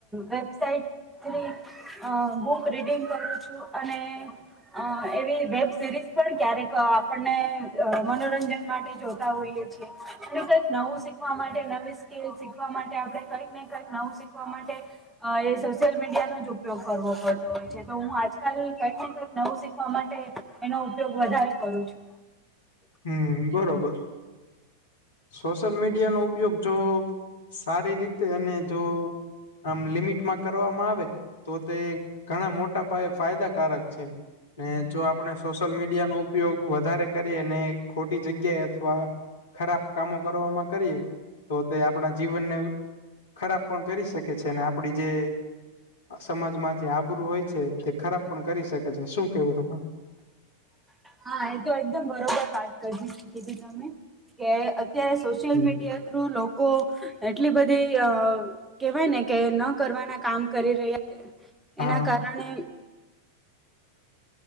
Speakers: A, in the centre; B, on the left.
A: વેબસાાઈટ થ્રી અ બુક રીડિંગ કરું છું અને અ એવી વેબ સિરીઝ પણ ક્યારેક આપણને અહ મનોરંજન માટે જોતા હોઈએ છે અને કંઈક નવું શીખવા માટે નવી સ્કીલ શીખવા માટે આપડે કંઈક ને કંઈક નવું શીખવા માટે અહ એ સોશિયલ મીડિયાનો જ ઉપયોગ કરવો પડતો હોય છે તો હું આજકાલ કંઈક ને કંઈક નવું શીખવા માટે એનો ઉપયોગ વધારે કરું છું.
B: હમ બરોબર. સોશિયલ મીડિયાનો ઉપયોગ જો સારી રીતે અને જો આમ લિમિટમાં કરવામાં આવે તો તે ઘણા મોટા પાયે ફાયદાકારક છે ને જો આપણે સોશયલ મીડિયા નો ઉપયોગ વધારે કરીએ ને ખોટી જગ્યાએ અથવા ખરાબ કામો કરવામાં કરીએ તો તે આપણા જીવનને. ખરાબ પણ કરી શકે છે અને આપડી જે સમાજમાં જે આબરૂું હોય છે તે ખરાબ પણ કરી શકે છે શું કેવું એમાં?
A: હા એ તો એકદમ બરોબર વાત કરી કીધી તમે કે અત્યારે સોશ્યિલ સોશિયલ
B: તમારું?
A: મીડિયા થ્રુવ લોકો એટલી બધી અ કેવાય ને કે ન કરવાના કામ કરી રહ્યા
B: હા
A: એના કારણે